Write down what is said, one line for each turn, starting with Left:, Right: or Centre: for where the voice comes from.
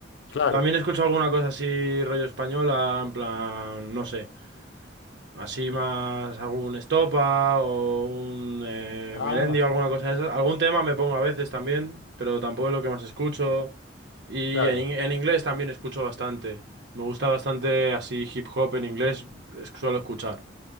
Left: Claro.
Right: También escucho alguna cosa así rollo española, en plan, no sé. Así más algún Estopa o un eh,
Left: Ah,
Right: Melendi o alguna cosa de esas. Algún tema me pongo a veces también, pero tampoco es lo que más escucho. Y
Left: claro.
Right: en, in- en inglés también escucho bastante. Me gusta bastante así hip hop en inglés, es- suelo escuchar.